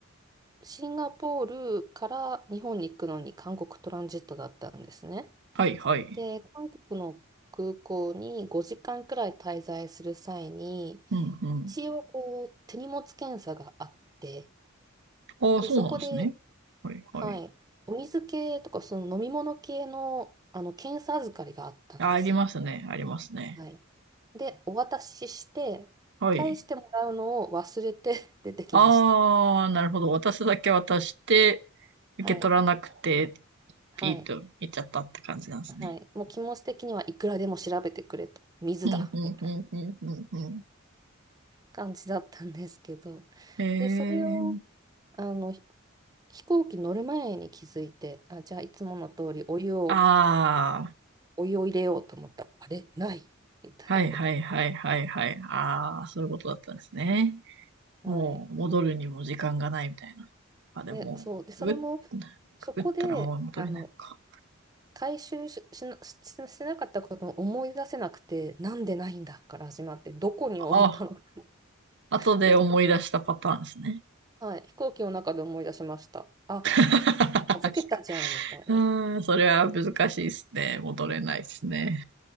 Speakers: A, on the right; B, on the right.
A: シンガポールから日本に行くのに韓国トランジットだったんですね。
B: はいはい。
A: で、韓国の空港に5時間くらい滞在する際に、
B: うんうん。
A: 一応こう手荷物検査があって、
B: ああ、
A: で、
B: そうなんですね。
A: そこで
B: はいはい。
A: はい。お水系とか、その飲み物系の、あの、検査預かりがあったんですよ。
B: あ、ありますね。ありますね。
A: はい。で、お渡しして、
B: はい。
A: 返してもらうのを忘れて <laughs> 出てきました。
B: ああ、なるほど。渡すだけ渡して、受け取らなくて、
A: はい。はい。
B: ピーと行っちゃったって感じなんですね。
A: はい。もう気持ち的にはいくらでも調べてくれと。水だ。
B: うんうんうんうんうんうん。
A: みたいな感じだったんですけど。
B: ええー。
A: で、それを、あの、ひ飛行機乗る前に気づいて、あ、じゃあいつもの通りお湯を、
B: あ
A: お湯を入れようと思ったら、あれないみたい
B: あ、はいはいはいはいはい。ああ、そういうことだったんですね。もう戻るにも時間がないみたいな。
A: な。<laughs> はい。
B: あ、でも、
A: で、そう。で、それも、
B: くぐっ、
A: そこで、
B: くぐったらもう戻れないのか。
A: あの、回収し、しな、し、してなかったことを思い出せなくて、なんでないんだから始まって、どこに置いたの
B: あ後で思い出したパターンですね。
A: <laughs> めっちゃ、はい、飛行機の中で思い出しました。あ、
B: <laughs>
A: 預けたじゃん、みたいな。
B: うん、それは難しいですね。戻れないですね。